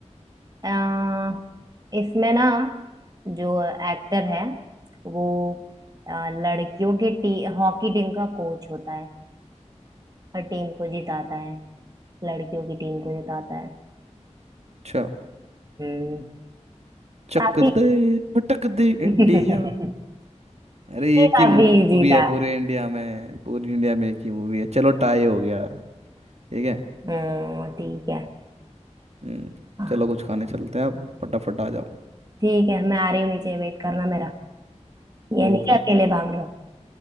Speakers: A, on the right; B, on the right.
A: अ, इसमें ना जो एक्टर है वो अ, लड़कियों के टी, हॉकी टीम का कोच होता है और टीम को जिताता है लड़कियों की टीम को जिताता है
B: अच्छा
A: हम्म
B: चक
A: काफी
B: दे भटक दे इंडिया
A: <laughs>
B: अरे
A: ये
B: एक
A: काफी
B: ही मूवी
A: इजी
B: है
A: था
B: पूरे इंडिया में पूरी इंडिया में एक ही मूवी है चलो टाई हो गया ठीक है
A: हम्म, ठीक है
B: हम्म
A: हाँ,
B: चलो कुछ खाने चलते हैं आप फटाफट आ जाओ
A: ठीक है मैं आ रही हूँ नीचे वेट करना मेरा ये
B: ओके
A: नहीं कि अकेले भाग लो